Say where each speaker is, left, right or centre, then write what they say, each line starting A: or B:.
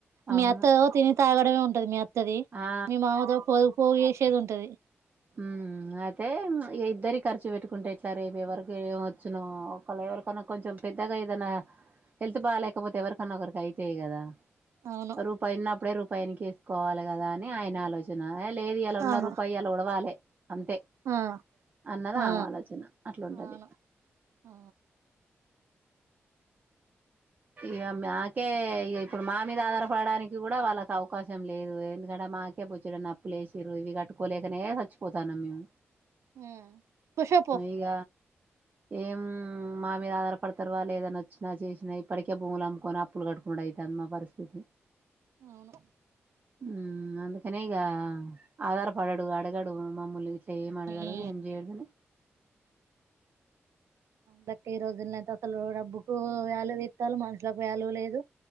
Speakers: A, on the right; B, on the right.
A: మీ
B: అవును
A: అత్త ఓ తినే తాగడమే ఉంటది మీ అ ఉంటది
B: ఆ
A: మీ మామదో పో పోగి చేసేది ఉంటది
B: ఉ అయితే ఇద్దరి ఖర్చు పెట్టుకుంటే ఎట్లా రేపు ఎవరికి ఏమొచ్చునో ఒకళ ఎవరికన్నా కొంచెం పెద్దగా ఏదైనా హెల్త్ బాగాలేకపోతే ఎవరికన్నా ఒకరికి అయితాయి కదా
A: అవును
B: రూపా ఉనాపుడు రూపా పైనేసుకోవాలి కదా అని ఆయన ఆలోచన హ లేదు ఈయాల ఉన్న
A: అవును
B: రూపాయి యల గూడో బాలే అంతే
A: ఆ
B: అన్నది
A: ఆ
B: ఆమె ఆలోచన అట్లాంటది
A: అవును ఆ
B: ఇక మాకే ఇ ఇప్పుడు మా మీద ఆధారపడడానికి కూడా వాళ్ళకి అవకాశం లేదు ఎందుకంటే మాకే పొచ్చుడ నప్పులేసిరారు ఇవి కట్టుకోలేక ఇక్క సచ్చిపోతాన్నం మేము
A: ఉమ్ కుషాయిపో
B: ఇక ఏం మా మీద ఆధారపడతారువా లేదని వచ్చినా చేసినా ఇప్పటికే భూములు అమ్ముకొని అప్పులు కట్టుకు అవుతుంది మా పరిస్థితి
A: అవును
B: ఉమ్ అందుకనేగ ఆధార్ పడ్ డు అడగడు మామ్మూలు నేమ్ అడగడు
A: ఉమ్
B: ఎం చేయదు
A: కే ఈ రోజుల అయితే అసలు డబ్బుకు వ్యాల్యూ ఇస్తాలు మనుషులకు వ్యాల్యూ లేదు